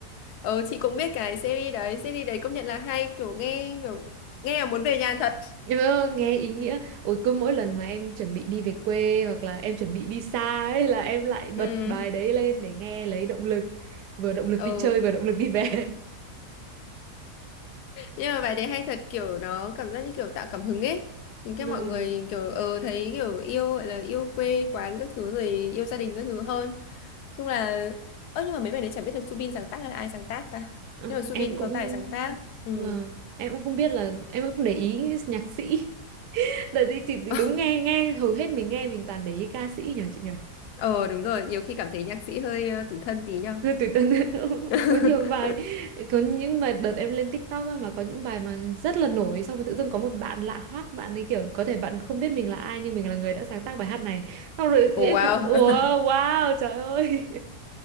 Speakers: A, on the left; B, on the right.
A: Ờ chị cũng biết cái series đấy, series đấy công nhận là hay kiểu nghe kiểu nghe là muốn về nhà thật.
B: Ừ, nghe ý nghĩa ôi cứ mỗi lần mà em chuẩn bị đi về quê hoặc là em chuẩn bị đi xa ấy là em lại bật
A: Ừ,
B: bài đấy lên để nghe lấy động lực vừa động lực
A: ừ.
B: đi chơi vừa động lực đi về
A: Nhưng mà bài đấy hay thật kiểu nó cảm giác như kiểu tạo cảm hứng ấy. Những cái
B: <laughs> Ừ,
A: mọi người kiểu ờ thấy kiểu yêu gọi là yêu quê quán các thứ rồi yêu gia đình các thứ hơn. Chung là ơ nhưng mà mấy bài đấy chẳng biết là Subin sáng tác hay là ai sáng tác ta.
B: ừ,
A: Nhưng mà Subin
B: em cũng
A: có tài sáng tác. Ừ.
B: vâng em cũng không biết là em cũng không để ý nhạc sĩ Đợt đi chị thì
A: <laughs>
B: đúng nghe nghe hầu hết mình nghe mình toàn để ý ca sĩ nhờ chị nhờ.
A: Ờ đúng rồi, nhiều khi cảm thấy nhạc sĩ hơi ờ, tủi thân tí nhau
B: Rồi Tủi Tuấn <laughs>
A: <laughs>
B: có nhiều bài có những mà đợt em lên TikTok á, mà có những bài mà rất là nổi xong rồi tự dưng có một bạn lạ hoắc bạn ấy kiểu có thể bạn không biết mình là ai nhưng mình là người đã sáng tác bài hát này. Xong rồi em
A: Oh wow.
B: kiểu wow, wow trời ơi.